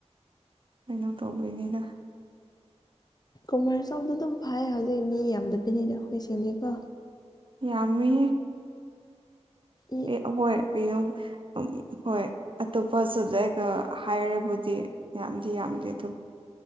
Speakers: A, on the right (about 45°); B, on the left (about 35°).
A: ꯀꯩꯅꯣ ꯇꯧꯕꯗꯅꯤꯅ
B: ꯀꯣꯃꯔꯁ ꯆꯥꯎꯥꯎꯗ ꯑꯗꯨꯝ ꯐꯥꯏ ꯍꯧꯖꯤꯛ ꯃꯤ ꯌꯥꯝꯗꯕꯤꯅꯤꯅ ꯑꯩꯈꯣꯏꯁꯤꯡꯗꯤꯀꯣ
A: ꯌꯥꯝꯃꯤ
B: ꯏ
A: ꯑꯦ ꯍꯣꯏ ꯀ ꯑꯗꯨꯝ ꯎ ꯍꯣꯏ ꯑꯇꯣꯞꯄ ꯁꯕꯖꯦꯛꯀ ꯍꯥꯏꯔꯕꯨꯗꯤ ꯌꯥꯝꯗꯤ ꯌꯥꯝꯗꯦ ꯑꯗꯨ